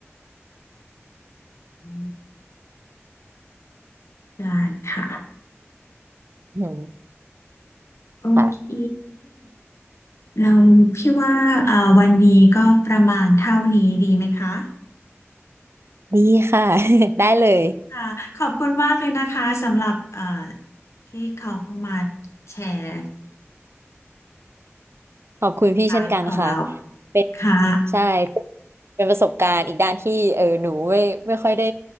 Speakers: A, on the left; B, on the right.
A: มได้ค่ะ
B: อืม
A: โอเค
B: ค่ะ
A: เราพี่ว่าอ่าวันนี้ก็ประมาณเท่านี้ดีไหมคะ
B: <laughs> ดีค่ะ <laughs> ได้เลย
A: ค่ะขอบคุณมากเลยนะคะสำหรับเอ่าที่เขาเข้ามาแชร์
B: ขอบคุณพี่เช่นกันค่ะ
A: ไลฟ์ของเรา
B: เป็น
A: ค่ะ
B: ใช่เป็นเป็นประสบการณ์อีกด้านที่เออหนูไม่ไม่ค่อยได้